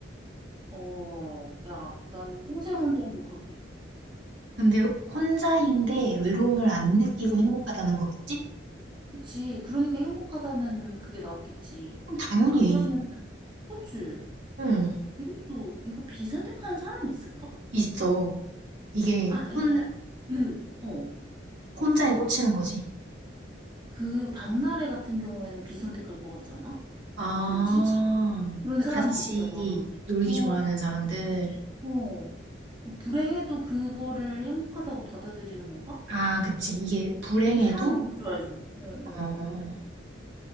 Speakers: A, on the right; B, on the right.
A: 어, 야, 나는 평생 혼자 행복하기.
B: 근데 혼자인데 외로움을 안 느끼고 행복하다는 거겠지?
A: 그치? 그러니까 행복하다는 그게 나왔겠지.
B: 그럼 당연히,
A: 안
B: A.
A: 그러면은, 그치?
B: 응,
A: 이것도, 이거 비선택하는 사람이 있을까?
B: 있어. 이게
A: 아, 야야.
B: 혼,
A: 그, 어,
B: 혼자에
A: 뭐?
B: 꽂히는 거지.
A: 그 박나래 같은 경우에는 비선택할 것 같지 않아?
B: 아,
A: 왠지? 그런
B: 그러니까
A: 사람들
B: 같이
A: 있잖아. 어,
B: 놀기 좋아하는 사람들.
A: 어. 그 불행해도 그거를 행복하다고 받아들이는 건가?
B: 아, 그치. 이게 불행해도,
A: 되게 사람 너무 좋아해서. 어, 어.
B: 어,